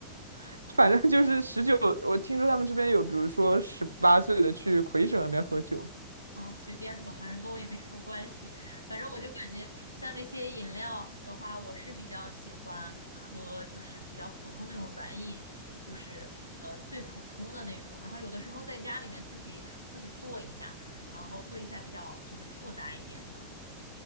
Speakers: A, on the right; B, on the left.
A: <laughs> 反正就是十九，我听说他们这边有，比如说十八岁的去魁省那边喝酒。
B: 哦，随便吧，反正跟我也没什么关系。反正我就感觉像这些饮料的话，我是比较喜欢喝，就是比较普通那种软饮，就是呃最普通的那种。然后有的时候在家里面自己自己做一下，然后做一下比较就是复杂一点的，